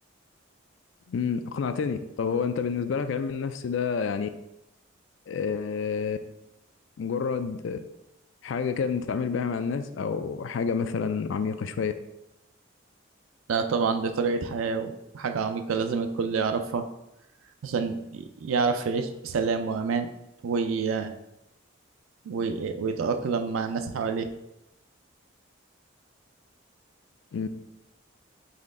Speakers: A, on the left; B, on the right.
A: امم اقنعتني طب هو انت بالنسبة لك علم النفس ده يعني آه مجرد حاجة كده بنتعامل بيها مع الناس او حاجة مثلا عميقة شوية
B: لا طبعا دي طريقة حياة وحاجة عميقة لازم الكل يعرفها عشان يعرف يعيش بسلام وأمان وي... وي... ويتأقلم مع الناس حواليه
A: مم.